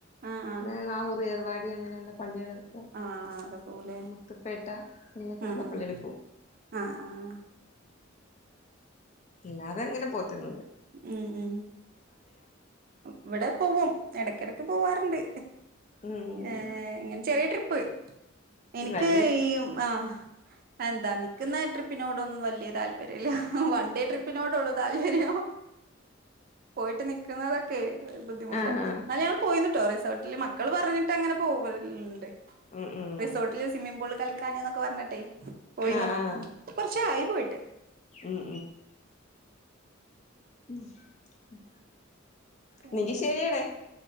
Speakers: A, on the right; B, on the left.
A: ആ ആ
B: പിന്നെ നാഹൂറ് ഏർവാ ടി അങ്ങനെയുള്ള പള്ളികളൊക്കെ
A: ആഹ് ആകെപോവൂലെ
B: മുത്തുപ്പേട്ട ഇങ്ങനെയൊക്കെയുള്ള
A: ഉം ഉം
B: പള്ളികളിൽ പോവും
A: ആഹ് ആഹ് അഹ്
B: ഇല്ലാതങ്ങനെ പോത്തൊന്നൂല്ല
A: ഉം ഉം ഇവടെ പോവും എടക്കെടക്ക് പോവാറുണ്ട്
B: ഉം
A: ഏ ഇങ്ങനെ ചെറിയ ട്രി പ്പ് എനിക്ക്
B: വലുതായിട്ട്
A: ഈ ആ എന്താ നിക്കുന്നെ ട്രി പിനോടൊന്നും വല്യേ താല്പര്യല്ല. വൺ ഡേ ട്രിപ്പിനോടൊള്ളൂ താൽപ്പര്യം പോയിട്ട് നിക്കുന്നതൊക്കെ ബുദ്ധിമുട്ടാ
B: ആഹ് ആഹ്
A: ന്നാലും ഞ <unintelligible> പോയിന്ന്ട്ടോ റിസോ മക്കള് പറഞ്ഞിട്ട് അങ്ങനെ പോവല് ണ്ട്
B: ഉം ഉം
A: റിസോട്ടില് സ്വിമ്മിങ്ങ് പൂളിൽ കളിക് ക്കാന്ന്നൊക്കെ പറഞ്ഞിടൈ പോയിന്നു.
B: ആഹ് ആഹ്
A: കുറച്ചായി പോയിട്ട്.
B: ഉം ഉം ഉം
A: പിന്നെ
B: ന്നെങ്കി ശരിയെടെ.